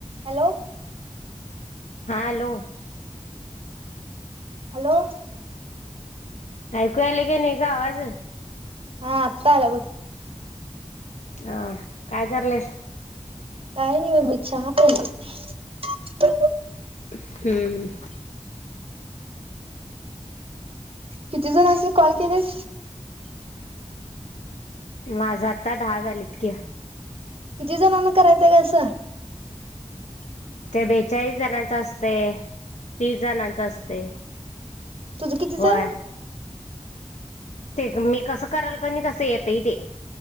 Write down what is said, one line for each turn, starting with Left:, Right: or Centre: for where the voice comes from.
Right: Hello
Left: हा hello
Right: hello
Left: ऐकू आले का नाही गं आवाज
Right: हा आता आला बघ
Left: अं काय करलेस
Right: काय नाही बघ चहा पिलो
Left: हम्म हम्म
Right: किती जनासणी कॉल केलेस
Left: माझा आता दहा झालेत कि
Right: किती जणांना करायचंय गं असं
Left: ते बेचाळीस जणांच असते तीस जणांच असते
Right: तुझं कितीच
Left: होय
Right: आहे
Left: ते मी कसं कराल कणी तस येतय ते